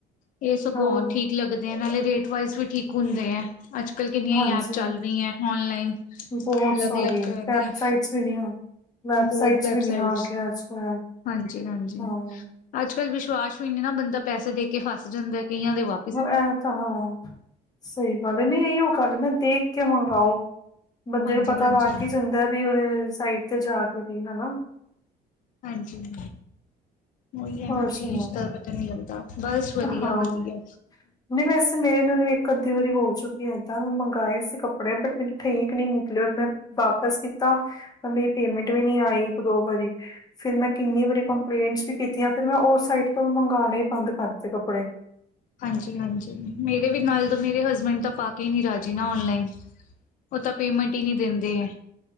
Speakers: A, on the left; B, on the left.
A: ਇਹ ਸਗੋਂ
B: ਹਾਂ,
A: ਠੀਕ ਲੱਗਦੇ ਆ, ਨਾਲੇ ਰੇਟ ਵਾਈਜ਼ ਵੀ ਠੀਕ ਹੁੰਦੇ ਆ। ਅੱਜ ਕੱਲ੍ਹ ਕਿੰਨੀਆਂ
B: ਹਾਂਜੀ
A: ਹੀ ਐਪ ਚੱਲ ਰਹੀਆਂ ਔਨਲਾਈਨ।
B: ਬਹੁਤ
A: ਅਲੱਗ
B: ਸਾਰੀਆ
A: ਅਲੱਗ ਤਰ੍ਹਾਂ
B: ਵੈਬਸਾਈਟਸ
A: ਦੀਆਂ
B: ਵੀ ਇਨੀਆਂ, ਵੈਬਸਾਈਟਸ
A: ਬਹੁਤ ਵੈਬਸਾਈਟਸ
B: ਵੀ ਇਨੀਆਂ ਅੱਜ ਕੱਲ।
A: ਹਾਂਜੀ, ਹਾਂਜੀ
B: ਹਾਂ।
A: ਅੱਜ ਕੱਲ੍ਹ ਵਿਸ਼ਵਾਸ ਵੀ ਨਹੀਂ ਨਾ ਬੰਦਾ ਪੈਸੇ ਦੇ ਕੇ ਫਸ ਜਾਂਦਾ ਕਈਆਂ ਦੇ ਵਾਪ
B: ਐਂ ਤਾਂ ਹਾਂ ਸਹੀ ਗੱਲ ਹੈ, ਨਹੀਂ ਇਹੀ ਉਹ ਗੱਲ ਨਾ ਦੇਖ ਕੇ ਮੰਗਵਾਓ। ਬੰਦੇ
A: ਹਾਂਜੀ
B: ਨੂੰ ਪਤਾ
A: ਹਾਂਜੀ
B: ਲੱਗ ਕੇ ਜਾਂਦਾ ਵੀ ਉਹਨੇ ਸਾਈਡ ਤੇ ਜਾ ਕੇ ਨਹੀਂ ਹਨਾ।
A: ਹਾਂਜੀ ਹਾਂ। ਉਹੀ ਹੈ
B: ਹੋਰ
A: ਨਾ
B: ਸੁਣਾਓ।
A: ਚੀਜ਼ ਦਾ ਪਤਾ ਨਹੀਂ ਲੱਗਦਾ। ਬਸ ਵਧੀਆ
B: ਹਾਂ
A: ਵਧੀਆ
B: ਨਹੀਂ ਵੈਸੇ ਮੇਰੇ ਨਾਲ ਇੱਕ ਅੱਧੀ ਵਾਰੀ ਹੋ ਚੁੱਕੀ ਏਦਾਂ ਮੈਂ ਮੰਗਵਾਏ ਸੀ ਕੱਪੜੇ ਬਟ ਮੇਰੇ ਠੀਕ ਨਹੀਂ ਨਿਕਲਆ ਮੈਂ ਵਾਪਿਸ ਕੀਤਾ ਪਰ ਮੇਰੀ ਪੇਮੈਂਟ ਵੀ ਨੀ ਆਈ ਇੱਕ ਦੋ ਵਾਰੀ ਫਿਰ ਮੈਂ ਕਿੰਨੀ ਵਾਰੀ ਕੰਪਲੇਂਟਸ ਵੀ ਕੀਤੀਆਂ ਫਿਰ ਮੈਂ ਉਸ ਸਾਈਟ ਤੋਂ ਮੰਗਵਾਉਣੇ ਹੀ ਬੰਦ ਕਰ ਦਿੱਤੇ ਕੱਪੜੇ
A: ਹਾਂਜੀ ਹਾਂਜੀ ਮੇਰੇ ਵੀ ਨਾਲ ਮੇਰੇ ਹਸਬੈਂਡ ਤਾਂ ਪਾ ਕੇ ਨੀ ਰਾਜੀ ਨਾ ਔਨਲਾਈਨ ਉਹ ਤਾਂ ਪੇਮੈਂਟ ਹੀ ਨਹੀਂ ਦਿੰਦੇ ਹੈ